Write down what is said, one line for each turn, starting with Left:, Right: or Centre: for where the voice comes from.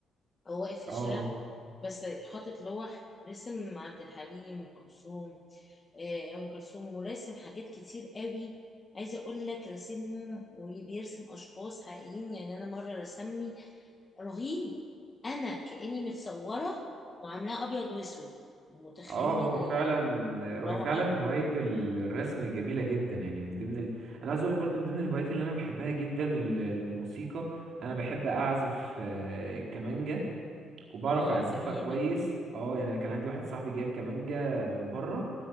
Left: هو واقف في
Right: اه
Left: الشارع بس حاطط لوح رسم عبد الحليم وأم كلثوم آه، أم كلثوم وراسم حاجات كتير قوي عايزة أقول لك راسمهم وبيرسم أشخاص حقيقيين يعني أنا مرة رسمني رهيب أنا كأني متصورة وعاملاها أبيض وأسود متخيل
Right: اه هو فعلا
Left: الروعة
Right: هو فعلا هوايه الرسم جميله جدا يعني من ضمن ال... انا عايز اقولك برضو من ضمن الهوايات اللي انا بحبها جدا ال- الموسيقى انا بحب اعزف آه، كمانجا وبعرف
Left: اه
Right: اعزفها
Left: جميلة
Right: كويس اه يعني كان عندي واحد صاحبي جايب كمانجة من بره